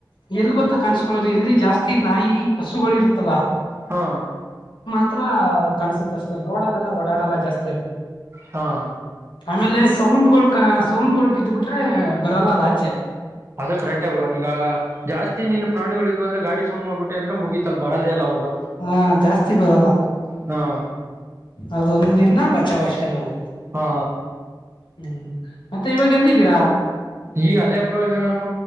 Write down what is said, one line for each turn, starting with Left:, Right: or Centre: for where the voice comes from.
Left: ಎಲ್ ಗೊತ್ತ ಕಾಣಸ್ಕೊೊಳ್ಳೋದು ಎಲ್ಲಿ ಜ ಜಾಸ್ತಿ ನಾಯಿ ಹಸುಗಳಿರುತ್ತಲ್ಲಾ
Right: ಹಾ
Left: ಹತ್ರ ಕನ್ಸುತ್ತ ಅಷ್ಟೇ ರೋಡಲ್ಲೆಲ್ಲ ಓಡರ್ಲ್ಲಾ ಜಾಸ್ತಿ ಅದು
Right: ಹಾ
Left: ಆಮೇಲೆ ಸೌಂಡ್ಗಳು ಕ ಸೌಂಡ್ಗಳು ಬಿದ್ದ್ಬಿಟ್ರೆ ಬರಲ್ಲ ಅದ ಆಚೆ
Right: ಅದ ಕರೆಕ್ಟ ಅ ಬ್ರ ಈಗ ಜಾಸ್ತಿ ನೀನು ಪ್ರಾಣಿಗಳಿದ್ ಅಂದ್ರೆ ಗಾಡಿ ಸೋೊಂಡ್ ಮಾಡ್ಬಿಟ್ಟೆ ಅಂದ್ರೆ ಮುಗಿತ ಬರದೇ ಅಲ್ಲವಲ್ಲ
Left: ಹಾ ಜಾಸ್ತಿ ಬರಲ್ಲ
Right: ಹಾ
Left: ಅದೊಂದಿಂದ ಬಚಾವ ಅಷ್ಟೆ ನಾವು
Right: ಹಾ
Left: ಹ್ಮ್ ಮತ್ತೆ ಇವಾಗ ಎಲ್ದಿದ್ದೀರಾ
Right: ಈ ಅದೇ ಬ್ರೋ ಈಗ ನಾನು